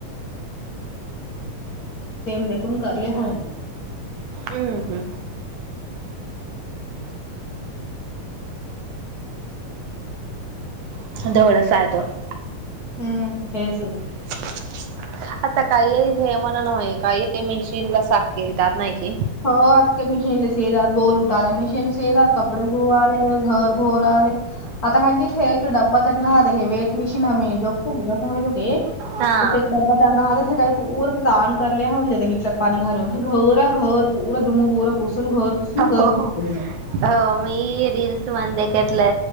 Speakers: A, on the left; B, on the right.
A: देखून करले ह.
B: हम्म हम्म. <unintelligible>
A: हम्म हेस.
B: <unintelligible> आता काही हे म्हणा नय काही मेशीन ला साक्येतात नाही की.
A: <unintelligible> <unintelligible> <unintelligible>
B: हा
A: <unintelligible> <unintelligible> <unintelligible>
B: हो हो मी रीलल्स वंद एकटला